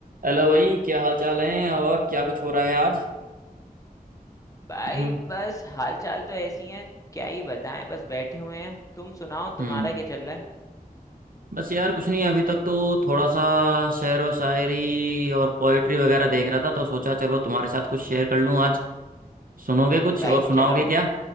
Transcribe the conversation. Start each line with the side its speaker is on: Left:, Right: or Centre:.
Right: Hello भाई क्या हाल चाल है और क्या कुछ हो रहा है आज
Left: भाई
Right: हम्म
Left: बस हाल चाल तो ऐसी है क्या ही बताएं बस बैठे हुए हैं तुम सुनाओ तुम्हारा
Right: हम्म।
Left: क्या चल रहा है
Right: बस यार कुछ नहीं अभी तक तो थोड़ा सा शेर और शायरी और पोएट्री वगैरह देख रहा था तो सोचा चलो तुम्हारे साथ कुछ शेयर कर लूं आज सुनोगे कुछ
Left: भाई
Right: और सुनाओगे
Left: चलो
Right: क्या